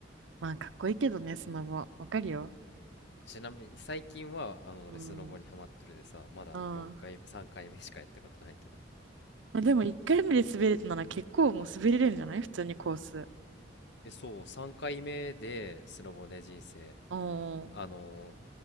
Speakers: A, on the right; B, on the left.
A: まあ、かっこいいけどね、スノボ。わかるよ。
B: ちなみに、最近は、あの、
A: うん。
B: 俺スノボにハマっとるでさ、まだ4回、
A: ああ。
B: 3回目しかやったことないけど。
A: まあ、でも、一回目で滑れたなら結構もう滑れるんじゃない普通にコース。
B: え、そう、3回目で、スノボね、人生。
A: おー。
B: あの